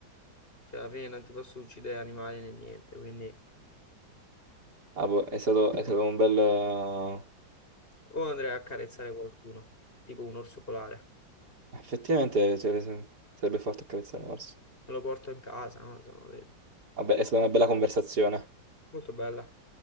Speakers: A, on the left; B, on the right.
A: cioè alla fine non ti posso uccidere animali né niente, quindi
B: Ah, boh, è stato, è stato un bel... eh,
A: o andrei a accarezzare qualcuno, tipo un orso polare,
B: Effettivamente cioè, sarebbe forte accarezzare un orso.
A: me lo porto in casa, non lo so, vedo.
B: Vabbè, è stata una bella conversazione.
A: Molto bella.